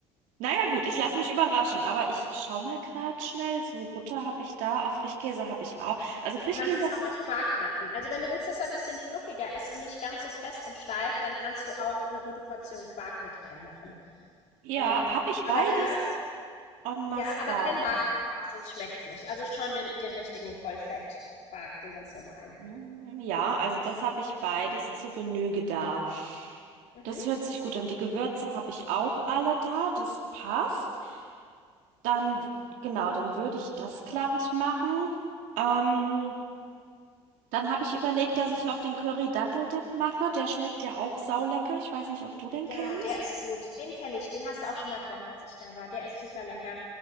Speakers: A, on the right (about 65°); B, on the left (about 55°).
A: Naja gut, ich lasse mich überraschen, aber ich schau mal gerade schnell. So, Butter habe ich da, auch Frischkäse habe ich auch. Also Frischkäse
B: Du kannst es auch mit Quark machen. Also wenn du willst, dass er ein bisschen fluffiger ist und nicht ganz so fest und steif, dann kannst du auch eine gute Portion Quark mit reinmachen.
A: Ja,
B: Ähm,
A: habe ich
B: aber
A: beides
B: da,
A: en
B: ja,
A: masse
B: aber
A: da.
B: kein Magerquark, sonst schmeckt's nicht. Also schon den, den richtigen Vollfettquark, den ganz normalen.
A: Hm, Ja, also das habe ich beides zu Genüge da.
B: Mhm.
A: Das hört sich gut an. Die Gewürze habe ich auch alle da, das passt. Dann, genau, dann würde ich das gleich
B: Ja,
A: machen. Ähm, dann habe ich überlegt,
B: ansonsten,
A: dass ich noch den Curry-Dattel-Dip mache. Der schmeckt ja auch saulecker. Ich weiß nicht, ob du den
B: ja,
A: kennst.
B: der ist gut. Den kenne ich. Den hast du auch schon mal gemacht, als ich da war. Der ist super lecker.